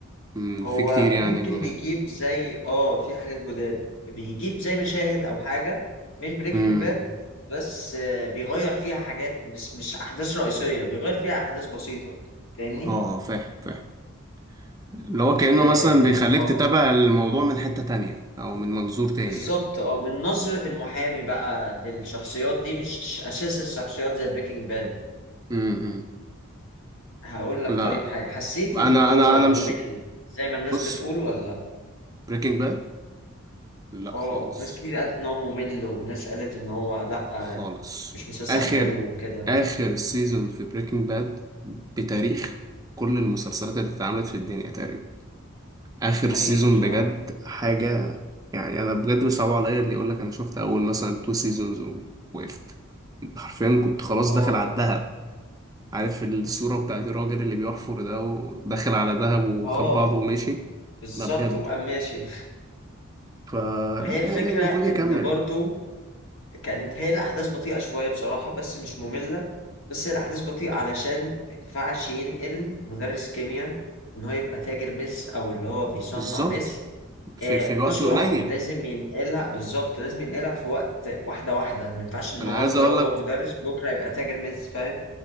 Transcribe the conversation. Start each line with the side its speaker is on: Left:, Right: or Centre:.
Right: امم
Left: هو
Right: في كتير يعني
Left: ممكن
Right: جداد
Left: بيجيب زي اه في حاجات جداد بيجيب زي مشاهد او حاجة من بريكنج
Right: امم
Left: باد بس آه، بيغير فيها حاجات بس مش احداث رئيسية بيغير فيها احداث بسيطة فاهمني
Right: اه فاهم فاهم اللي هو كأنه
Left: آه
Right: مثلا بيخليك تتابع الموضوع من حتة تانية او من منظور تاني
Left: بالظبط
Right: يعني
Left: اه من نظرة المحامي بقى للشخصيات دي مش أساس الشخصيات زي بريكنج باد
Right: امم
Left: هقول لك
Right: لا
Left: طيب حاجة حسيت
Right: انا
Left: إن هو
Right: انا انا
Left: ممل
Right: مش
Left: زي ما الناس
Right: بص
Left: بتقول ولا
Right: بريكنج باد لا
Left: اه
Right: خالص
Left: ناس كتير قالت إن هو ممل وناس قالت إن هو لأ
Right: خالص
Left: مش مسلسل
Right: اخر
Left: حلو وكده
Right: اخر سيزون في بريكنج باد بتاريخ كل المسلسلات اللي اتعملت في الدنيا تقريبا اخر
Left: حقيقة
Right: سيزون
Left: بصراحة
Right: بجد حاجه يعني انا بجد بيصعب عليا اللي يقول لك انا شفت اول مثلا تو سيزونز ووقفت انت حرفيا كنت خلاص
Left: اه
Right: داخل على الدهب عارف الصوره بتاعت الراجل اللي بيحفر ده وداخل على دهب وخد
Left: اه
Right: بعضه ومشي
Left: بالظبط
Right: لا بجد
Left: وقام ماشي
Right: فلا
Left: ما هي الفكرة
Right: يعني المفروض يكمل
Left: إن برضو كانت هي الأحداث بطيئة شوية بصراحة بس مش مملة بس هي الأحداث بطيئة علشان ما ينفعش ينقل مدرس كيمياء إن هو يبقى تاجر مس أو اللي هو بيصنع
Right: بالظبط
Left: مس
Right: في
Left: آه،
Right: في وقت
Left: بسرعة
Right: قليل
Left: لازم ينقلها بالظبط لازم ينقلها في وقت واحدة واحدة ما ينفعش النهاردة
Right: انا عايز اقول
Left: هو
Right: لك
Left: مدرس بكرة يبقى تاجر مس فاهم